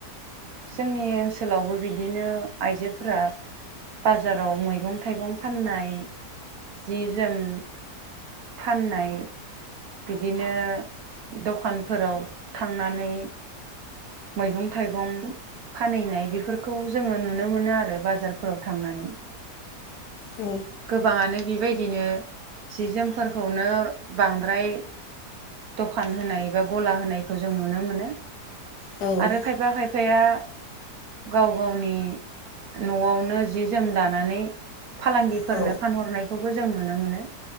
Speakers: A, on the right (about 65°); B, on the left (about 70°).
A: जोंनि ओनसोलावबो बिदिनो आइजोफोरा बाजाराव मैगं थाइगं फाननाय जि जोम फाननाय। बिदिनो दखानफोराव थांनानै मैगं थाइगं फानहैनाय बेफोरखौ जोङो नुनो मोनो आरो बाजारफोराव थांनानै
B: औ
A: गोबाङानो बेबायदिनो जि जोमफोरखौनो बांद्राय दखान होनाय बा गला होनायखौ जों नुनो मोनो।
B: औ
A: आरो खायबा खायफा खायफाया गाव गावनि न'आवनो जि जोम दानानै फालांगि फोरनो
B: औ
A: फानहरनायखौ खौ जों नुनो मोनो